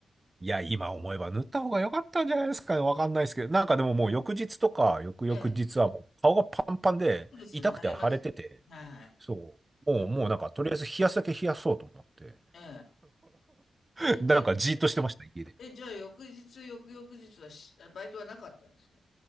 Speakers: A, on the right; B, on the left.
A: いや、今思えば塗った方が良かったんじゃないですかね。わかんないですけど。なんかでももう翌日とか、翌々日はもう顔がパンパンで、
B: ええ、そうですよね、
A: 痛くて腫れてて、
B: 腫れますよね。はいはい。
A: そう。もう、
B: うん。
A: もうなんか、とりあえず冷やすだけ冷やそうと思って。
B: ええ。え、
A: <laughs> なんかじーっとしてました、家で。
B: え、え、じゃあ翌日、翌々日はしバイトはなかったんですか？